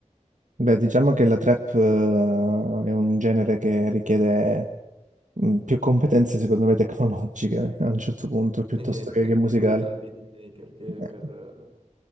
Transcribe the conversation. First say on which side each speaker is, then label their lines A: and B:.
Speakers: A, on the right; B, on the right.
A: Beh, diciamo che la trap, eh, è un genere che richiede mh, più competenze, secondo me, <laughs> tecnologiche a un certo punto,
B: <laughs>
A: piuttosto che, che musicali.
B: più dal beatmaker che
A: Eh,
B: per,